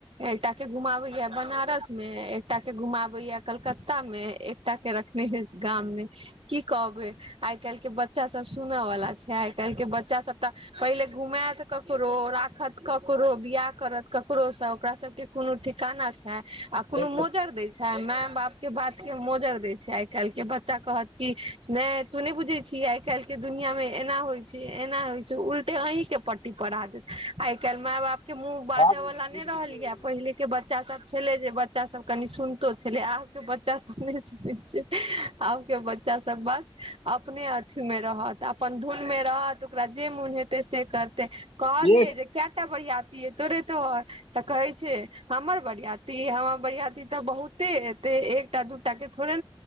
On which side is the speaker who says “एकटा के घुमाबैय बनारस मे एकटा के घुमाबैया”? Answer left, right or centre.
Right